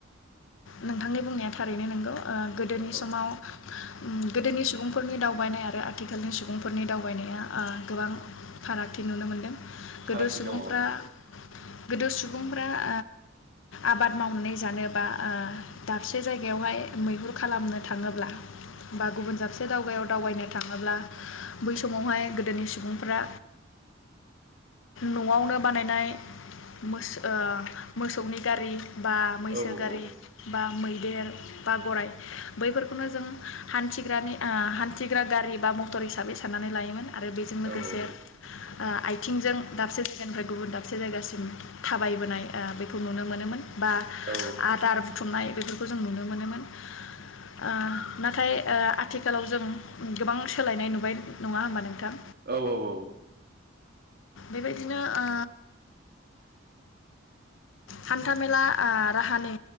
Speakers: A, on the left; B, on the right.
A: नोंथांनि बुंनाया थारैनो नोंगौ ओ गोदोनि
B: औ
A: समाव उम गोदोनि सुबुंफोरनि दावबायनाय आरो आथिखालनि सुबुंफोरनि दावबायनाया आ गोबां फारागथि नुनो मोनदों गोदो
B: फारागथि
A: सुबुंफ्रा
B: दङ औ
A: गोदो सुबुंफ्रा ओ आबाद मावनानै जानोबा ओ दाबसे जायगायावहाय मैहुर खालामनो थाङोब्ला बा गुबुन दाबसे दावगायाव दावबायनो थाङोब्ला बै समावहाय गोदोनि सुबुंफ्रा नआवनो बानायनाय मोस ओ मोसौनि गारि बा मैसो
B: औ
A: गारि
B: औ
A: बा मै देर बा गराइ बैफोरखौनो जों हान्थिग्रानि ओ हान्थिग्रा गारि बा मटर हिसाबै साननानै लायोमोन आरो बेजों लोगोसे
B: औ
A: ओ आइथिंजों दाबसे जायगानिफ्राय गुबुन दाबसे जायगासिम थाबायबोनाय ओ बेखौ नुनो मोनोमोन बा
B: औ
A: आदार बुथुमनाय बेफोरखौ जों नुनो मोनोमोन ओ नाथाय ओ आथिखालाव जों गोबां सोलायनाय नुबाय नङा होमबा नोंथां
B: औ औ औ
A: बेबायदिनो ओ हान्थाामेला आ राहानि